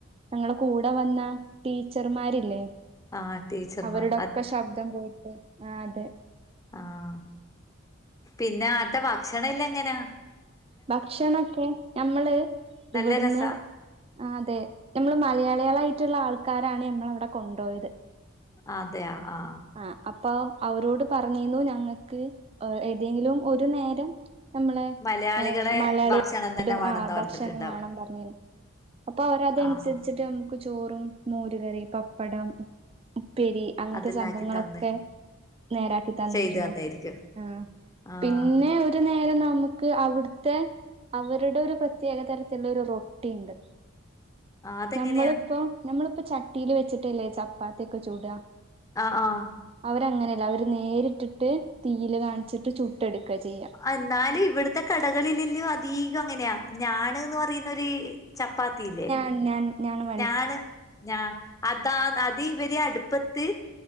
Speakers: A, on the right; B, on the left.
A: ഞങ്ങളുടെ കൂടെ വന്ന ടീച്ചർമാരില്ലേ
B: ആഹ് ടീച്ചർമാർ
A: അവരുടെക്കെ ശബ്ദം പോയിട്ട് ആ അതെ
B: ആഹ പിന്നെ ആട്ട ഭക്ഷണം എല്ലാം എങ്ങനെയാ
A: ഭക്ഷണംക്കെ ഞമ്മള്
B: നല്ല
A: ഇവിടുന്ന്
B: രസാ
A: ആ അതെ നമ്മൾ മലയാളയാളായിട്ടുള്ള ആൾക്കാരാണ് നമ്മൾ അവിടെ കൊണ്ടുപോയത്
B: അതെയ ആഹ
A: ആ അപ്പൊ അവരോട് പറഞ്ഞിന്നു ഞങ്ങൾക്ക് ഏതെങ്കിലും ഒരു നേരം നമ്മളെ
B: മലയാളികളെ
A: മലയാളിക
B: ഭക്ഷണം തന്നെ വേണംന്ന്
A: ആ ഭക്ഷണം
B: പറഞ്ഞിട്ടുണ്ടാവും
A: വേണം പറഞ്ഞിന്ന് അപ്പൊ അവര അതനുസരിച്ചിട്ട്
B: ആഹ്
A: നക്ക് നമുക്ക് ചോറും മോര്കറി പപ്പടം ഉപ്പേരി അങ്ങനത്തെ
B: അതെല്ലാം
A: സംഭങ്ങളൊക്കെ
B: ആക്കി തന്ന്
A: നേരാക്കി തന്നിരുന്നു
B: ചെയ്തു തന്നായിരിക്കും
A: ആ
B: ആഹ്
A: പിന്നെ ഒരു നേരം നമുക്ക് അവിടുത്തെ അവരുടെ ഒരു പ്രത്യേക തരത്തിലുള്ള ഒരു റൊട്ടിയുണ്ട്
B: ആഹ് അതെങ്ങനെയാ
A: നമ്മളിപ്പോ നമ്മളിപ്പോ ചട്ടിൽ വെച്ചിട്ടല്ലേ ചപ്പാത്തിയൊക്കെ ചൂട
B: ആഹ ആഹ
A: അവരങ്ങനെയല്ല അവര് നേരിട്ടിട്ട് തീയില് കാണിച്ചിട്ട് ചുട്ട എടുക്കുക ചെയ്യാ
B: എന്നാല ഇവിടത്തെ കടകളിലെല്ലോ അധീകം അങ്ങനെയാ ഞാണ്ന്ന് പറയുന്നൊരു ചപ്പാത്തില്ലേ
A: ഞൻ ഞ
B: ഞാണ് ഞാ അതാ അത് ഇവരെ അടുപ്പത്ത്